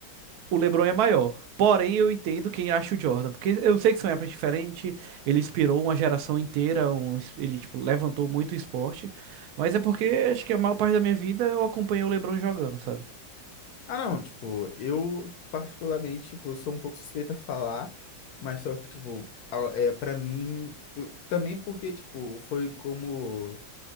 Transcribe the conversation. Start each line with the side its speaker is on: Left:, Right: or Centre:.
Right: O LeBron é maior. Porém, eu entendo quem acha o Jordan, porque eu sei que são épocas diferentes, ele inspirou uma geração inteira, um es- ele tipo levantou muito o esporte, mas é porque acho que a maior parte da minha vida eu acompanhei o LeBron jogando, sabe?
Left: Ah, não, tipo, eu particularmente, tipo, sou um pouco suspeito a falar, mas só que, tipo, a- é, pra mim, eu- também porque, tipo, foi como